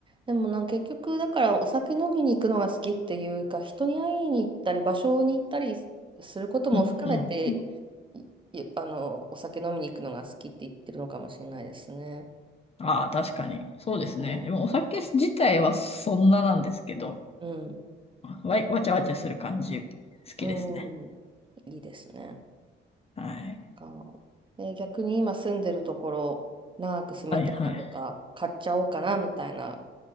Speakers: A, on the right (about 25°); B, on the left (about 30°).
A: でもなんか結局だからお酒飲みに行くのが好きっていうか人に会いに行ったり場所に行ったりすることも含めて
B: うんうんうん
A: いいあのお酒飲みに行くのが好きって言ってるのかもしれないですね。
B: ああ、確かに。そうですね。
A: うん、
B: でもお酒自体はそんななんですけど、
A: うん、
B: わい、わちゃわちゃする感じ、好きですね。
A: うん、いいですね。
B: はい。
A: か、えー逆に今住んでるところ長く住みたいなとか買っちゃおうかなみたいな
B: はいはい。